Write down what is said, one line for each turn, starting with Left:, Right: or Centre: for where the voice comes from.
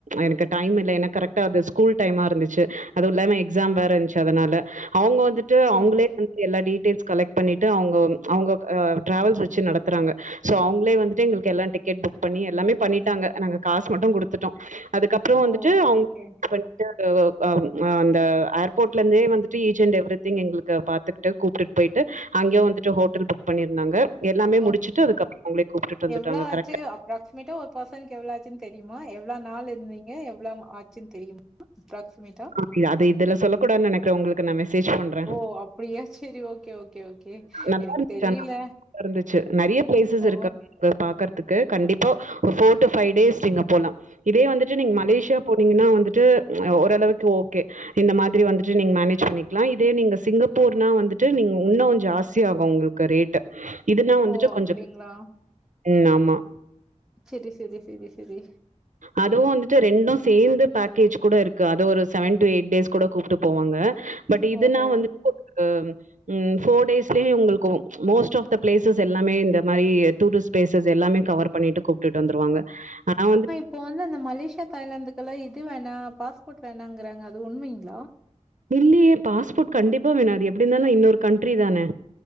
Right: எனக்கு டைம் இல் இல்ல ஏன்னா கரெக்டா அது ஸ்கூல் டைமா இருந்துச்சி அது இல்லாம எக்ஸாம் வேற இருந்துச்சி அதனால அவுங்க வந்துட்டு
Centre: சரி.
Right: அவுங்களே வந்துட்டு எல்லா டி டெல்ஸ் கலெக்ட் பண்ணிட்டு அவுங்க அவுங்க ஆ டிராவல்ஸ் வச்சி நடத்துறாங்க சோ அவுங்களே வந்துட்டு எங்களுக்கு எல்லா டிக்கெட் புக் பண்ணி எல்லாமே பண்ணிட்டாங்க நாங்க காசு மட்டு குடுத்துட்டோ அதுக்கப்புறோ வந்து
Centre: ஓ!
Right: ட்டு
Centre: ஓகே,
Right: அவுங்க
Centre: ஓகே.
Right: பண்ட்டு <unintelligible> அந்த ஏர்போர்ட்ல இந்தே வந்துட்டு ஈச் அண்ட் எவ்ரி திங் எங்களுக்கு பாத்துக்கிட்டு கூப்பிட்டு போயிட்டு அங்கியு வந்துட்டு ஹோட்டல் புக் பண்ணியிருந்தாங்க எல்லாமே முடிச்சுட்டு
Centre: ஓகே
Right: அதுக்கப்புறம் அவங்களே கூப்ட்டுட்டு வந்துட்டாங்க
Centre: எவ்ளோ ஆச்சி
Right: கரெக்ட்
Centre: அப்ராக்சிமேட்டா ஒரு பர்சனுக்கு எவ்ளோ ஆச்சின் தெரியுமா எவ்ளா நாள் இருந்தீங்க எவ்வளா ஆச்சின்னு தெரியுமா அப்ராக்ஸிமேட்டா?
Right: ஆ அது இதொல்ல சொல்லக்கூடானு நெக்கிறே உங்களுக் க்கு நாமே சேஜ் பண்றே
Centre: ஓ! அப்டியா? சரி. Okay, okay, okay.
Right: நல்லா
Centre: எனக்கு
Right: இருந்துச்சி
Centre: தெரியல.
Right: ஆனா இருந்துச்சி நெறைய பிளேஸஸ்
Centre: ஓ!
Right: இருக்கு அங்க பாக்க த்துக்கு கண்டிப்பா ஒரு ஃபோர்டு ஃபை டேஸ் நீங்க போலா இதே வந்துட்டு நீங்க மலேசியா போனீங்கன்னா வந்துட்டு ஓரளவுக் ஓகே இந்த மாதிரி வந்துட்டு நீங்க மேனேஜ் பண்ணிக்லாம் இதே நீங்க சிங்கப்பூர்னா வந்துட்டு நீங்க இன்னு ஜாஸ்தி ஆகும் ஒங்களுக்கு ரேட்டு இதுன்னா வந்துட்டு
Centre: ஓ! அப்டிங்களா?
Right: கொஞ்ச ம் ஆமா
Centre: செரி சரி சரி சரி
Right: அதுவு வந்துட்டு ரெண்டும் சேந்து பேக்கேஜ் கூட இருக்கு அது ஒரு செவன் டு எயிட் டேஸ் கூட கூப்டு போவாங்க பட் இதுனா
Centre: ஓஹோ!
Right: வந்துட்டு கு ம் போர் டேஸ்ல ஒங்களுக்கு மோஸ்ட் ஆப் த பிளேசஸ் எல்லாமே இந்த மாரி டூரிஸ்ட் பிளேஸ் எல்லாமே கவர் பண்ணிட்டு கூப்புட்டுட் வந்துருவாங்க ஆனா வந்து
Centre: இப்ப வந்து அந்த மலேசியா தாய்லாந்து குல்லா இது வேணா பாஸ்போர்ட் வேணாங்றாங்க அது உண்மைங்ளா
Right: இல்லயே பாஸ்போர்ட் கண்டிப்பா வேணும் அது எப்டி இருந்தாலு இன்னொரு கண்ட்ரி தானே